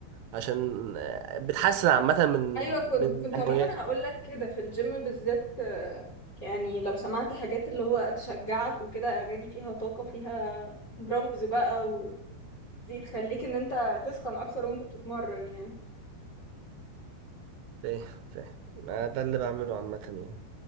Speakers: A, on the right (about 80°); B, on the left (about 40°).
A: عشان آه، بتحسن عامة من
B: ايوه كنت
A: من
B: كنت
A: معنوياته
B: عموما هقول لك كده في الجيم بالذات آه، يعني لو سمعت حاجات اللي هو تشجعك وكده اغاني فيها طاقة فيها درامز بقى دي تخليك ان انت تسخن اكتر وانت بتتمرن يعني
A: فاهم فاهم ما ده اللي بعمله عامة يعني